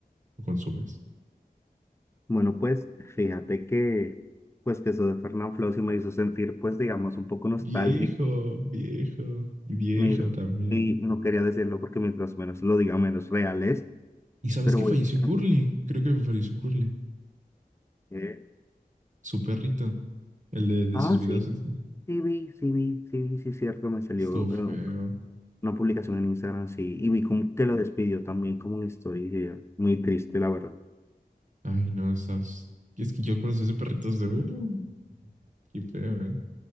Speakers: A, on the right; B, on the left.
A: O consumes.
B: Bueno, pues fíjate que, pues que eso de Fernán Flow sí me hizo sentir, pues digamos, un poco nostálgico.
A: Viejo, viejo, viejo
B: Me hizo-
A: también.
B: y no quería decirlo porque mientras menos lo diga, menos real es.
A: ¿Y sabes
B: Pero
A: que
B: voy
A: falleció Curly?
B: a
A: Creo que falleció Curly.
B: eh,
A: su perrito, el de, de
B: Ah,
A: sus videos.
B: sí,
A: ese.
B: sí vi, sí vi, sí vi, sí es cierto, me salió
A: Estuvo feo.
B: eh, una publicación en Instagram, sí. Y vi como que lo despidió también como una historia. Muy triste, la verdad.
A: Ay, no, sabes. Y Es que yo conocí ese perrito de. Uh, qué feo, ¿eh?